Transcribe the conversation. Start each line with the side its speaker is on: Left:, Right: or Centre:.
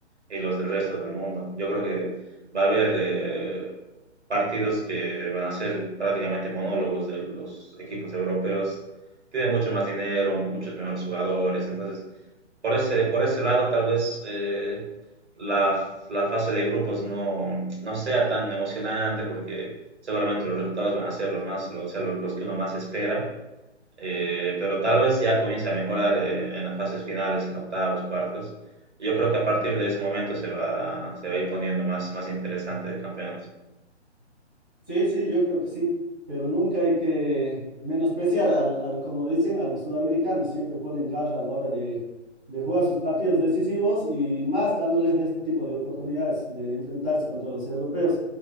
Right: y los del resto del mundo. Yo creo que va a haber, eh, partidos que van a ser prácticamente monólogos de los equipos europeos. Tienen mucho más dinero, muchos mejores jugadores. Entonces, por ese, por ese lado, tal vez eh, la, la, fase de grupos no, no, sea tan emocionante porque seguramente los resultados van a ser los, más, los, o sea, los, los que uno más espera. Eh, pero tal vez ya comience a mejorar eh, en las fases finales, en octavos, cuartos. Yo creo que a partir de ese momento se va, se va a ir poniendo más, más interesante el campeonato.
Centre: Sí, sí, yo creo que sí, pero nunca hay que menospreciar, al, al- como dicen, a los sudamericanos, siempre ponen garra a la hora de, de jugar sus partidos decisivos y más dándoles este tipo de oportunidades de, de enfrentarse contra los europeos.